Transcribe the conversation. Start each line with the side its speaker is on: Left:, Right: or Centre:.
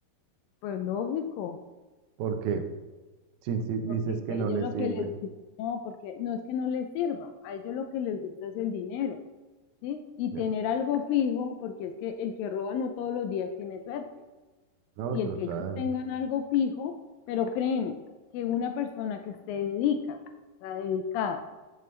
Left: Pues lógico.
Right: Porque si, si dices
Left: Porque
Right: que
Left: a ellos
Right: no le
Left: lo
Right: sirve,
Left: que les gusta, no, porque no es que no les sirva, a ellos lo que les gusta es el dinero, ¿sí? Y
Right: claro,
Left: tener algo fijo, porque es que el que roba no todos los días tiene suerte.
Right: no,
Left: Y
Right: total,
Left: el que ellos tengan algo fijo, pero créeme, que una persona que se dedica, está dedicada